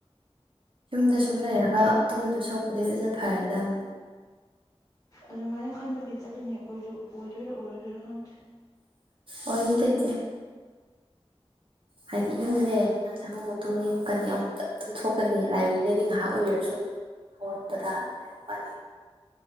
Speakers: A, on the right; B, on the left.
A: ꯌꯨꯝꯗ ꯁꯨꯝ ꯂꯩꯔꯒ ꯇꯨꯝꯗꯣꯏ ꯁꯣꯛꯄꯗꯤ ꯑꯗꯨꯅ ꯐꯔꯦꯗ ꯑꯃꯨꯛ
B: ꯑꯗꯨꯃꯥꯏꯅ ꯈꯟꯕꯒꯤ ꯆꯠꯂꯤꯅꯦ ꯑꯩꯈꯣꯏꯁꯨ ꯑꯣꯏꯗꯣꯏꯔꯣ ꯑꯣꯏꯔꯣꯏꯗꯣꯏꯔꯣ ꯈꯪꯗ꯭ꯔꯦ
A: ꯑꯣꯏꯅꯤꯗ ꯏꯆꯦ ꯍꯥꯏꯗꯤ ꯌꯨꯝꯗ ꯂꯩꯔꯗꯤ ꯉꯥꯏꯍꯥꯛꯇꯪ ꯑꯃꯨꯛꯇꯨꯝ ꯂꯛꯀꯅꯤ ꯑꯃꯨꯛꯇ ꯑꯗꯨꯝ ꯊꯣꯛꯀꯅꯤ ꯂꯥꯏꯕ꯭ꯔꯦꯔꯤꯗꯗꯤ ꯉꯥꯏꯍꯥꯛ ꯎꯏꯔꯁꯨ ꯍꯧꯔꯛꯄꯗ ꯄꯥ